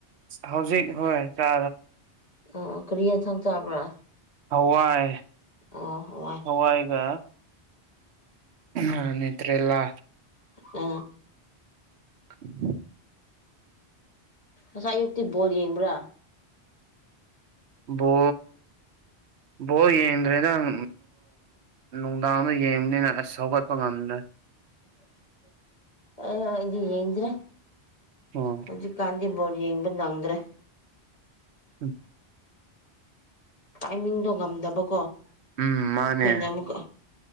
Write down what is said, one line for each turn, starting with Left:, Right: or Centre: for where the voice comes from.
Right: ꯍꯧꯖꯤꯛ ꯍꯣꯏ ꯆꯥ
Left: ꯑ ꯀꯔꯤꯌꯦꯟ ꯁꯪ ꯆꯥꯕ꯭ꯔꯥ
Right: ꯍꯋꯥꯏ
Left: ꯑꯣ ꯍꯋꯥꯏ
Right: ꯍꯋꯥꯏꯒ ꯑ ꯅꯇ꯭ꯔꯦꯂ
Left: ꯎ
Right: <inaudible>
Left: ꯑꯁꯥꯏꯛꯇ ꯣꯜꯂꯤ꯭ꯔꯥ
Right: ꯏꯕꯣ ꯕꯣ ꯌꯦꯡꯗ꯭ꯔꯦꯗ ꯎ ꯅꯨꯡꯗꯥꯡꯗ ꯌꯦꯡꯕꯅꯤꯅ ꯑꯁ ꯁꯧꯒꯠꯄ ꯉꯝꯗ꯭ꯔꯦ
Left: ꯑ ꯌꯦꯗ꯭ꯔꯦ
Right: ꯑꯣ
Left: ꯍꯧꯖꯤꯛ ꯀꯥꯟꯗ ꯣꯣꯔ ꯌꯦꯕꯪꯗ꯭ꯔꯦ
Right: ꯎꯝ
Left: ꯇꯥꯏꯃꯤꯡꯗꯣ ꯉꯝꯗꯕꯀꯣ ꯑꯩꯈꯣꯏꯅ
Right: ꯎꯝ ꯃꯥꯅꯦ
Left: ꯑꯃꯨꯛꯀ